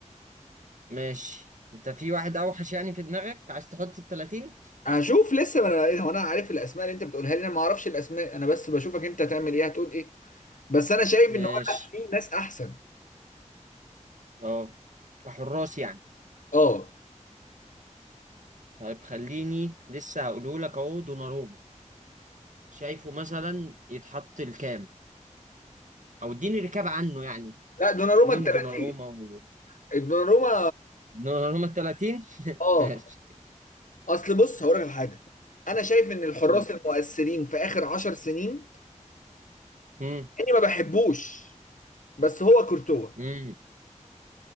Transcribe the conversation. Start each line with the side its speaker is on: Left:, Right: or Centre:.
Right: ماشي انت في واحد اوحش يعني في دماغك عايز تحط ال 30
Left: هشوف لسه ما انا إيه، هو انا عارف الاسماء اللي انت بتقولها لي انا ما اعرفش الاسماء انا بس بشوفك انت هتعمل ايه هتقول ايه بس انا شايف
Right: ماشي
Left: ان هو لا في ناس احسن
Right: اه حراس يعني
Left: اه
Right: طيب خليني لسه هقوله لك اهو دوناروما شايفه مثلا يتحط الكام او اديني ركاب عنه يعني
Left: لا دوناروما
Right: مين
Left: ال 30
Right: دوناروما و...
Left: دوناروما
Right: دوناروما ال 30 <laughs>
Left: اه
Right: ماشي
Left: اصل بص هقول لك على حاجه انا شايف ان الحراس
Right: قول.
Left: المؤثرين في اخر عشر سنين
Right: امم
Left: اني ما بحبوش بس هو كورتوا
Right: امم